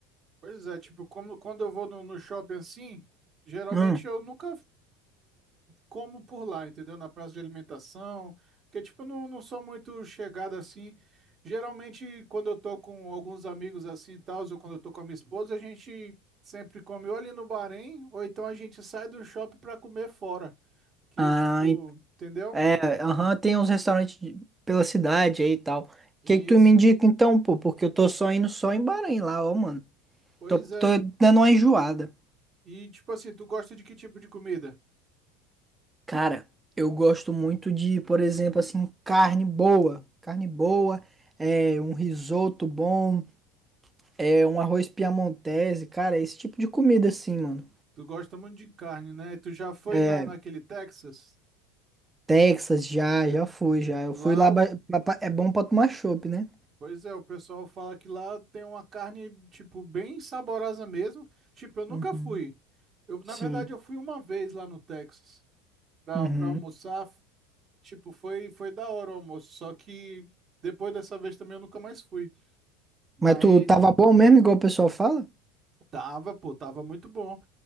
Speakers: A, on the right; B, on the right.
A: pois é, tipo, como, quando eu vou no no shopping assim, geralmente
B: Hum.
A: eu nunca como por lá, entendeu? Na praça de alimentação, que tipo, eu não, não sou muito chegado assim. Geralmente, quando eu tô com alguns amigos assim e tal, ou quando eu tô com a minha esposa, a gente sempre come ou ali no Bahrein, ou então a gente sai do shopping pra comer fora. Que
B: Ah,
A: tipo,
B: en-
A: entendeu?
B: é, aham, tem uns restaurantes de- pela cidade aí e tal. O
A: Isso.
B: que que tu me indica então, pô? Porque eu tô só indo só em Bahrein lá, ó, mano.
A: Pois
B: Tô, tô
A: é.
B: dando uma enjoada.
A: E tipo assim, tu gosta de que tipo de comida?
B: Cara, eu gosto muito de, por exemplo, assim, carne boa. Carne boa, é, um risoto bom, é, um arroz piamontese, cara, esse tipo de comida assim, mano.
A: Tu gosta muito de carne, né? Tu já foi
B: É,
A: na, naquele Texas?
B: Texas já, já fui, já.
A: Lá
B: Eu fui lá, ba- pra- pra- é bom pra tomar chopp, né?
A: Pois é, o pessoal fala que lá tem uma carne, tipo, bem saborosa mesmo. Tipo, eu nunca
B: Uhum.
A: fui. Eu, na
B: Sim.
A: verdade, eu fui uma vez lá no Texas pra,
B: Uhum.
A: pra almoçar. F- Tipo, foi, foi da hora o almoço. Só que depois dessa vez também eu nunca mais fui. Mas
B: Mas tu tava bom mesmo, igual o pessoal fala?
A: tava, pô, tava muito bom.